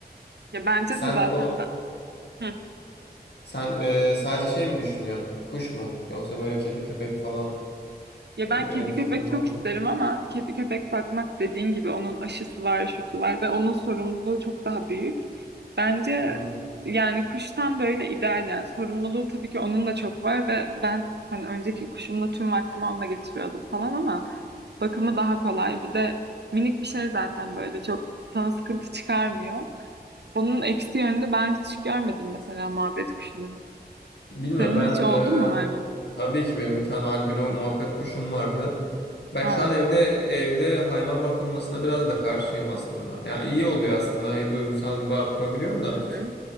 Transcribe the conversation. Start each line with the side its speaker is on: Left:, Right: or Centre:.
Right: ya bence
Left: Sen
Right: de zaten
Left: o
Right: ben hı,
Left: sen e, sadece şey mi düşünüyorsun? Kuş mu? Yoksa böyle kedi köpek falan
Right: ya
Left: e,
Right: ben
Left: öyle
Right: kedi
Left: bir fikrin
Right: köpek çok
Left: var mı?
Right: isterim ama kedi köpek bakmak dediğin gibi onun aşısı var, şusu var ve onun sorumluluğu çok daha büyük. Bence
Left: Hmm.
Right: yani kuştan böyle ideal yani sorumluluğu tabii ki onun da çok var ve ben hani önceki kuşumla tüm vaktimi onunla geçiriyordum falan ama bakımı daha kolay. Bir de minik bir şey zaten böyle çok sana sıkıntı çıkarmıyor. Onun eksi yönünü ben hiç görmedim mesela muhabbet kuşunun.
Left: Bilmiyorum
Right: Senin
Left: ben
Right: hiç
Left: e,
Right: oldu mu hayvanın?
Left: tabii ki benim bir tane albino muhabbet kuşum vardı. Ben
Right: Aa.
Left: şu an evde evde hayvan bakılmasına biraz da karşıyım aslında. Ya iyi oluyor aslında e, duygusal bir bağ kurabiliyorsun da
Right: Hı hı.